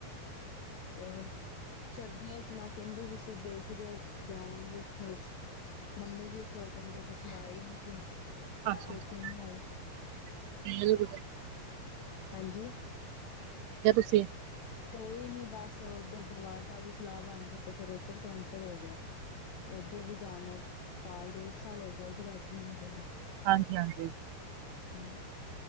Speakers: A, on the left (about 70°); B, on the right (about 80°).
A: ਔਰ ਸਰਦੀਆਂ ਚ ਮੈਂ ਕਹਿੰਦੀ ਵੀ ਸਿ ਦੇਖਦੇ ਜਾਵਾਂਗੇ ਉਥੇ ਮੰਮੀ ਵੀ ਇਸ ਵਾਰ ਕਹਿੰਦੇ ਪਏ ਸੀ ਕੀ ਆਈ ਨੀ ਤੂੰ।
B: ਅੱਛਾ
A: ਪੇਕੇ
B: ਅੱਛਾ
A: ਨੀ ਆਏ,
B: ਗਏ ਨੀ ਤੁਸੀਂ
A: ਹਾਂਜੀ।
B: ਛੇ
A: ਗਏ ਨੀ ਬਸ ਉਧਰ ਦਰਬਾਰ ਸਾਹਿਬ ਦੀ ਸਲਾਹ ਬਣ ਕੇ ਤੇ ਫਿਰ ਉਧਰ ਕੈਂਸਲ ਹੋ ਗਿਆ। ਉਧਰ ਵੀ ਜਾਨਾ ਸਾਲ-ਡੇਢ ਸਾਲ ਹੋ ਗਿਆ ਜਗਾਧਰੀ ਵੀ ਗਿਆ।
B: ਹਾਂਜੀ-ਹਾਂਜੀ।
A: ਪੇਕੇ ਹੂੰ।